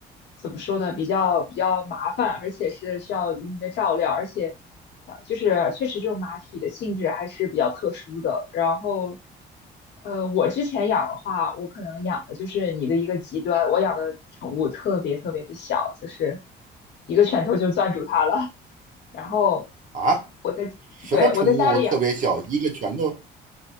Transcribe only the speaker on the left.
怎么说呢？比较比较麻烦，而且是需要一定的照料，而且啊，呃就是确实这种马匹的性质还是比较特殊的。然后，呃，我之前养的话，我可能养的就是你的一个极端，我养的宠物特别特别的小，就是一个拳头就攥住它了。然后
我在对我在家里养，